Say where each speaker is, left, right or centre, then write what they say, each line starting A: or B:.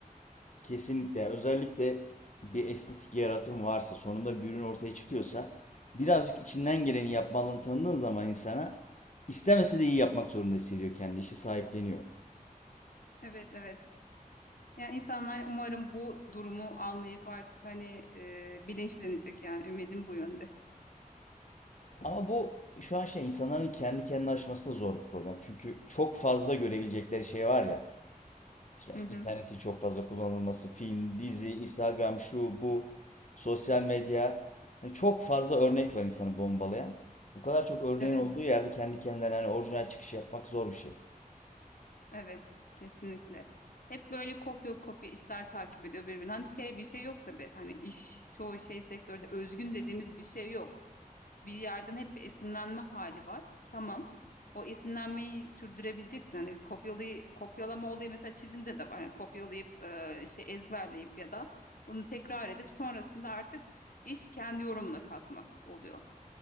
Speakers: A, on the left (about 55°); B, on the left (about 75°).
A: Kesinlikle. Özellikle bir estetik yaratım varsa, sonunda bir ürün ortaya çıkıyorsa, birazcık içinden geleni yapmalını tanıdığın zaman insana istemese de iyi yapmak zorunda hissediyor kendi işi sahipleniyor.
B: Evet evet. Yani insanlar umarım bu durumu anlayıp artık hani e, bilinçlenecek yani ümidim bu yönde.
A: Ama bu şu an şey insanların kendi kendine aşması da zor bir problem. Çünkü çok fazla görebilecekleri şey var ya. İşte
B: Hı hı.
A: interneti çok fazla kullanılması, film, dizi, Instagram, şu, bu, sosyal medya. Hani çok fazla örnek var insanı bombalayan. Bu kadar çok örneğin
B: Evet.
A: olduğu yerde kendi kendilerine hani orijinal çıkış yapmak zor bir şey.
B: Evet, kesinlikle. Hep böyle kopya kopya işler takip ediyor birbirini. Hani şey bir şey yok tabii. Hani iş çoğu şey sektörde özgün dediğimiz bir şey yok. Bir yerden hep bir esinlenme hali var. Tamam. O esinlenmeyi sürdürebileceksin. Hani kopyalayı, kopyalama olayı mesela çizimde de var. Hani kopyalayıp e, şey ezberleyip ya da bunu tekrar edip sonrasında artık iş kendi yorumuna katmak oluyor.